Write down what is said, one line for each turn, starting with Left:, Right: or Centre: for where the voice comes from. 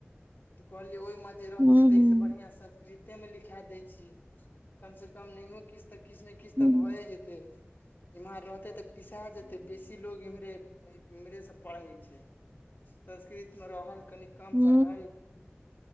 Left: तऽ कहल जे ओहि। जे रहते
Right: हूं
Left: ता
Right: हूं
Left: से बढ़िया संस्कृते मे लिखा देय छी कम से कम नहि कि तऽ किछु ने किछु तऽ
Right: हूं
Left: भए जेतै इम्हर रहते तऽ पिसा जेते बेसी लोग इमहरे। इम्स पढ़ै छै संस्कृत मे रहल कनि कम
Right: हूं
Left: पढ़ल